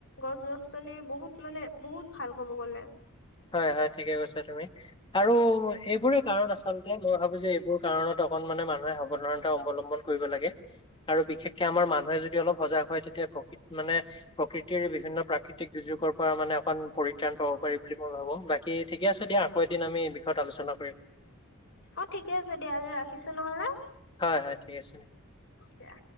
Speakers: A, on the left; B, on the left.
A: গছ গছ নিয়ে বহুত মানে বহুত ভাল ক'ব গ'লে
B: হয় হয় ঠিকে কৈছা তুমি আৰু সেইবোৰে কাৰণ আচলতে মই ভাবো যে এইবোৰ কাৰণত অকন মানে মানুহে সাৱধানতা অৱলম্বন কৰিব লাগে আৰু বিশেষকে আমাৰ মানুহে যদি অলপ সজাগ হয় তেতিয়া প্ৰকৃত মানে প্ৰকৃতিৰ বিভিন্ন প্ৰাকৃতিক দুৰ্যোগৰ পৰা মানে অকণ পৰিত্ৰাণ পাব পাৰি বুলি মই ভাবো বা কি ঠিকে আছে দিয়া আকৌ এদিন আমি এই বিষয়ত আলোচনা কৰিম
A: অ ঠিকে আছে দিয়া আজি ৰাখিছো নহলে
B: হয় হয় ঠিক আছে
A: দিয়া